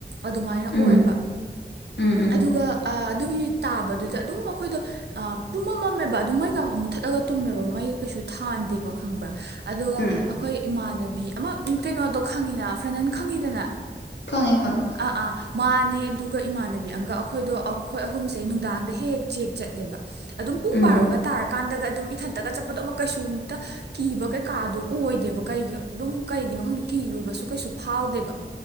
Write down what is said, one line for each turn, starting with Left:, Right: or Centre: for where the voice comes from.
Right: ꯑꯗꯨꯃꯥꯏꯅ
Left: ꯎꯝ
Right: ꯑꯣꯏꯕ
Left: ꯎꯝ ꯎꯝ
Right: ꯑꯗꯨꯒ ꯑꯗꯨꯒꯤ ꯇꯥꯕꯗꯨꯗ ꯑꯗꯨꯝ ꯑꯩꯈꯣꯏꯗꯣ ꯄꯨꯝꯃꯝ ꯃꯝꯃꯦꯕ ꯑꯗꯨꯝ ꯃꯩꯒ ꯃꯨꯠꯊꯠꯂꯒ ꯇꯨꯝꯃꯦꯕ ꯃꯩ ꯀꯩꯁꯨ ꯊꯥꯟꯗꯦꯕ ꯈꯪꯕ꯭ꯔꯥ ꯑꯗꯨꯒ
Left: ꯎꯝ
Right: ꯑꯩꯈꯣꯏ ꯏꯃꯥꯟꯅꯕꯤ ꯑꯃ ꯀꯩꯅꯣꯗꯣ ꯈꯪꯉꯤꯅ ꯐ꯭ꯔꯦꯟꯅ ꯈꯪꯉꯤꯗꯅ
Left: ꯈꯪꯉꯦ ꯈꯪꯉꯦ
Right: ꯑꯥ ꯑꯥ ꯃꯥꯅꯦ ꯑꯗꯨꯒ ꯏꯃꯥꯟꯅꯕꯤ ꯑꯪꯀ ꯑꯩꯈꯣꯏꯗꯣ ꯑꯩꯈꯣꯏ ꯑꯍꯨꯝꯁꯦ ꯅꯨꯡꯗꯥꯡꯗ ꯍꯦꯛ ꯍꯦꯛ ꯆꯦꯛ ꯆꯠꯂꯦꯕ ꯑꯗꯨꯝ ꯄꯨꯡ
Left: ꯎꯝ
Right: ꯕꯥꯔꯣꯒ ꯇꯥꯔ ꯀꯥꯟꯗꯒ ꯑꯗꯨꯝ ꯏꯊꯟꯇꯒ ꯆꯠꯄꯗꯣ ꯑꯃꯨꯛ ꯀꯩꯁꯨ ꯑꯝꯇ ꯀꯤꯕ ꯀꯩꯀꯥꯗꯣ ꯑꯣꯏꯗꯦꯕ ꯀꯩꯒꯤ ꯑꯗꯨꯝ ꯀꯩꯒꯤꯅꯣ ꯈꯪꯗ ꯀꯤꯔꯨꯕꯁꯨ ꯀꯩꯁꯨ ꯐꯥꯎꯗꯦꯕ